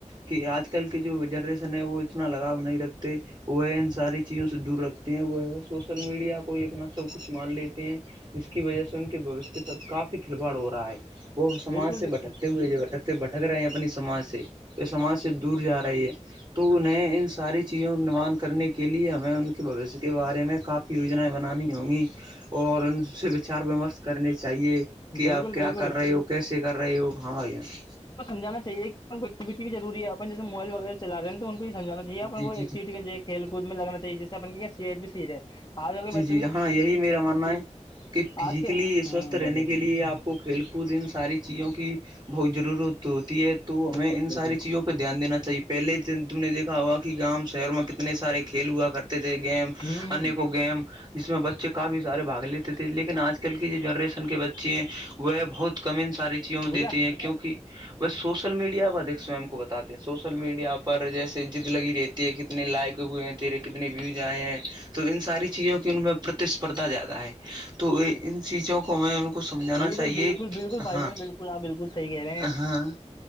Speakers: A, on the right; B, on the left.
A: کہ آج کل کی جو جنریشن ہے وہ اتنا لگاؤ نہیں رکھتے وہ ان ساری چیزوں سے دور رکھتے ہیں وہ اگر سوسل میڈیا کوئی اپنا سب کچھ مان لیتے ہیں جس کی وجہ سے ان کے بوشیہ تک کافی کھلواڑ ہو رہا ہے وہ سماج
B: بالکل
A: سے
B: بالکل
A: بھٹکتے ہوئے جب بھٹکتے بھٹک رہے ہیں اپنی سماج سے جو سماج سے دور جا رہی ہے تو انہیں ان ساری چیزوں کو نرمان کرنے کے کے لیے ہمیں ان کے بھوشیہ کے بارے میں کافی یوجنائیں بنانی ہوں گی اور ان سے وچار ومرش کرنے چاہیے کہ
B: بالکل
A: آپ کیا
B: بالکل
A: کر رہے ہو کیسے کر رہے ہو ہمائی یہاں
B: سمھا چاہی کہ کو ایکٹیوٹی بھیضرور ہے اپن جس مبائل وغیرہ چل رہے ہیں تو ان کو یہمجانا
A: جی
B: یہن
A: جی
B: کوئی
A: جی
B: ایکوٹی کھیل کو میں لگنا چاہی جیسےن کی صحت بھی صیح ہے آج کل کے
A: جی
B: بچے
A: ہاں یہی میرا ماننا ہے کہ فزیکلی
B: آج کے ہوں
A: سوستھ
B: بولے
A: رہنے کے
B: بولے
A: لیے آپ کو کھیل کود ان ساری چیزوں کی بہت ضرورت ہوتی ہے تو تو ہمیں
B: بالکل
A: ان ساری
B: بالکل
A: چیزوں پہ دھیان دا چاہیے پہلےن تم نے د ا ہوا کہ گاں شہر میں کتنے سارے کھیل ہوا کرتے تھے گیم
B: ہوں ہوں
A: ان کو گیم جس میں بچے کافی سارے باگ لیتے تھے لیکن آج کل کی جنریشن کے بچے چیزیں وہ بہت کم ان ساری چیزوں میں
B: بوجھا
A: دیتی ہیں کیونکہ وہ سوچ ل میڈیا اپ ادک سوم کو بتے ہیں سوشل میڈیا پر جیسے جد لگی رہتی ہے کتنے لائق ہوئے ہیں تیرے کتنے ویوز آئے ہیں تو ان ساری چیزوں کی ان میں پرتیسپردھا زیادہ ہے تو ان چیزوں کو میں ان سمجھانا
B: بالکل
A: چاہیے
B: بالکل
A: کہ
B: بالکل بھائی
A: ہاں
B: جان بالکل آپ بالکل صحیح کہہ رہے ہیں
A: ہاں